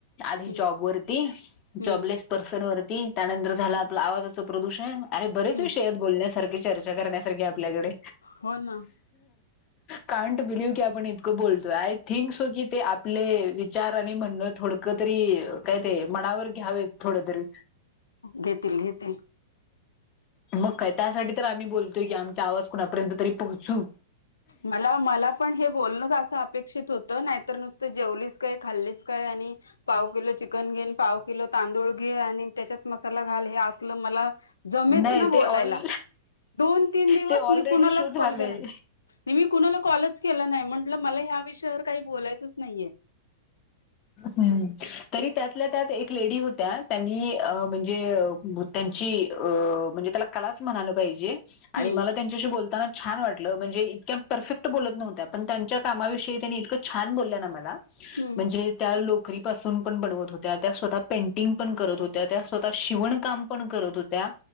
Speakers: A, on the left; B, on the left.
A: आधी
B: हम्म
A: जॉब वरती,
B: हम्म
A: जॉबलेस पर्सन वरती, त्यानंतर झालं आपलं आवाजाचं प्रदूषण. अरे बरेच
B: हम्म
A: विषय आहेत बोलण्यासारखे चर्चा करण्यासारखे आपल्याकडे.
B: हो ना
A: कांट बिलीव्ह की आपण इतकं बोलतोय, आय थिंक सो की ते आपले विचार आणि म्हणणं थोडकं तरी काय ते,. मनावर घ्यावेत थोड तरी
B: घेतील घेतील.
A: मग काय त्यासाठी तर आम्ही बोलतोय की आमचा आवाज कोणा पर्यंत तरी पोहोचू.
B: मला मला पण हे बोलणच असं अपेक्षित होत नाहीतर नुसतं जेवलीस काय? खाल्लीस काय? आणि पाव किलो चिकन घेनं, पाव किलो तांदूळ घे, आणि त्याच्यात मसाला घाल हे असलं मला मीच
A: नाही
B: ना
A: ते
B: बोलायला
A: ऑल
B: दोन तीन दिवस
A: ते ऑलरेडी
B: मी कुणालाच
A: शो झालंय
B: कॉल केला नाय. नही मी कुणाला कॉलच केला नाही म्हंटलं, मला ह्या विषयावर काही बोलायचंच नाहीये.
A: हम्म. तरी त्यातल्या त्यात एक लेडी होत्या. त्यांनी अं म्हणजे <unintelligible> त्यांच म्हणजे त्याला कलाच म्हणालं पाहिजे आणि
B: हम्म
A: मला त्यांच्याशी बोलताना छान वाटलं म्हणजे इतक्या परफेक्ट बोलत नव्हत्या, पण त्यांच्या कामाविषयी त्यांनी इतकं छान बोललं ना मला.
B: हम्म
A: म्हणजे? लोकरीपसून पण बनवत होत्या. त्या स्वतः पेंटिंग पण करत होत्या. त्या स्वतः शिवण काम पण करत होत्या. त्या